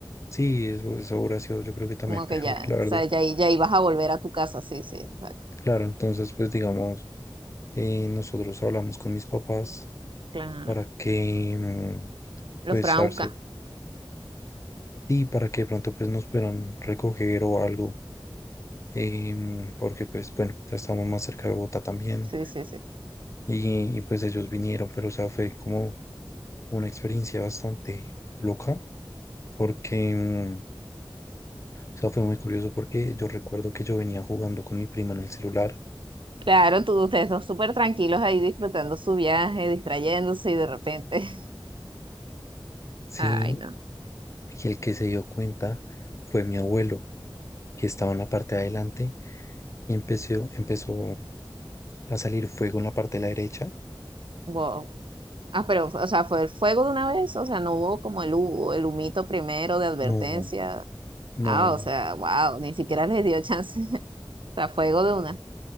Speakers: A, on the left; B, on the right.
A: Sí, eso, eso hubiera sido yo creo que también
B: Como
A: <laughs> peor,
B: que ya,
A: la verdad.
B: o sea, ya, i- ya ibas a volver a tu casa, sí, sí, exacto.
A: Claro, entonces pues digamos, eh, nosotros hablamos con mis papás
B: Claro.
A: para que, mm,
B: Los
A: pues,
B: fueron a
A: a
B: buscar.
A: ver si, sí, para que de pronto pues nos puedan recoger o algo em, porque pues bueno, ya estamos más cerca de Bogotá también
B: Sí, sí, sí.
A: y, y, pues ellos vinieron, pero o sea, fue como una experiencia bastante loca porque, em, o sea, fue muy curioso porque yo recuerdo que yo venía jugando con mi prima en el celular,
B: Claro, tú, ustedes dos súper tranquilos ahí disfrutando su viaje, distrayéndose y de repente. <laughs>
A: sí,
B: Ay, no.
A: y el que se dio cuenta fue mi abuelo, que estaba en la parte de adelante y empezó, empezó a salir fuego en la parte de la derecha.
B: Wow. Ah, pero, o sea, fue el fuego de una vez, o sea, no hubo como el, hu- el humito primero de advertencia
A: No, no,
B: Ah, o sea, wow, ni siquiera les dio chance. <laughs> O sea, fuego de una.